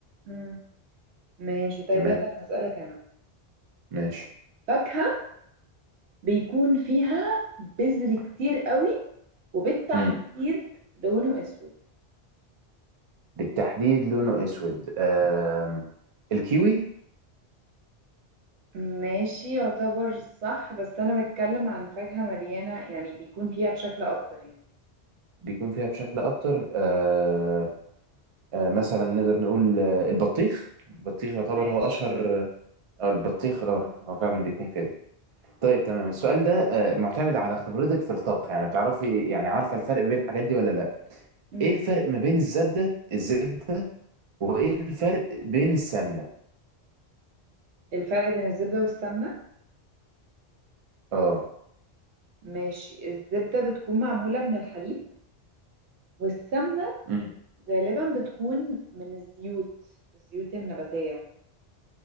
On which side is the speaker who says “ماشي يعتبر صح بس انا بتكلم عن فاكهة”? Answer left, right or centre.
Right